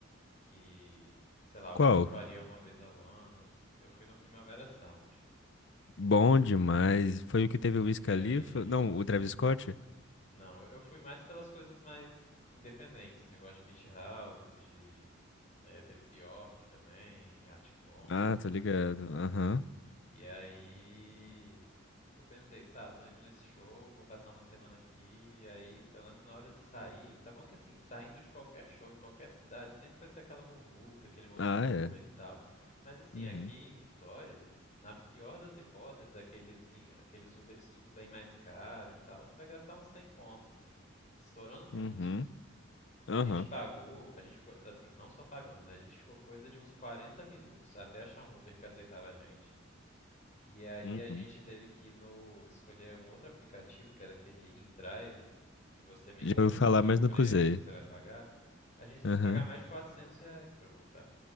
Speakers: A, on the left (about 35°); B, on the left (about 60°).
A: que, sei lá, algo
B: Qual?
A: que eu faria uma vez ao ano, eu fui no Primavera Sound.
B: Bom demais. Foi o que teve o Wiz
A: E
B: Khalifa?
A: aí,
B: Não, o Travis Scott?
A: Não, eu eu fui mais pelas coisas mais independentes, assim, eu gosto de Beach House, de... eh, teve Bjork também, Arctic Monkeys.
B: Ah, tô ligado. Aham.
A: E aí eu pensei, tá, tô indo nesse show, vou passar uma semana aqui, e aí eu lembro que na hora de sair, tá bom que assim, saindo de qualquer show em qualquer cidade, sempre vai ser aquela muvuca, aquele monte
B: Ah,
A: de Uber
B: é.
A: e tal. Mas assim,
B: Uhum.
A: aqui em Vitória, na pior das hipóteses, aqueles assim, aqueles Uberes tudo bem mais caro e tal, você vai gastar uns 100 conto, assim, estourando muito.
B: Uhum.
A: A
B: Aham.
A: gente pagou, a gente ficou, assim, não só pagamos, né? A gente ficou coisa de uns 40 minutos até achar um Uber que aceitava a gente. E aí
B: Uhum.
A: a gente teve que ir no escolher um outro aplicativo, que era aquele InDrive, que você meio
B: Já
A: que negocia
B: ouvi falar, mas
A: o preço
B: não usei.
A: que você vai pagar. A gente teve
B: Aham.
A: que pagar mais de 400 reais pra voltar.